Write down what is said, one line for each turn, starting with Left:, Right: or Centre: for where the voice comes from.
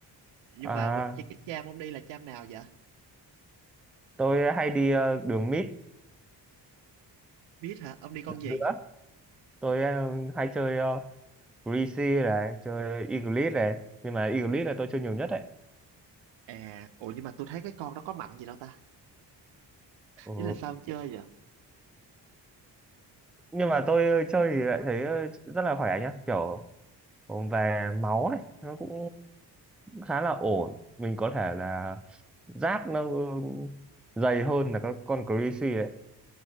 Right: Nhưng
Centre: À,
Right: mà qua- chơi cái cham ông đi là cham nào vậy?
Centre: tôi hay đi ờ, đường mid
Right: Biết hả? Ông đi con
Centre: nữa.
Right: gì?
Centre: Tôi ờ, hay chơi uh, Greasy này, chơi Eagleet này. Nhưng mà Eagleet là tôi chơi nhiều nhất đấy.
Right: À, ủa nhưng mà tôi thấy cái con đó có mạnh gì đâu ta?
Centre: Ừ.
Right: Ý là sao ông chơi vậy?
Centre: nhưng mà tôi ờ, chơi thì lại thấy ờ, rất là khỏe nhá kiểu ờ, về máu này nó cũng khá là ổn mình có thể là giáp nó ừ, dày hơn là các con Greasy đấy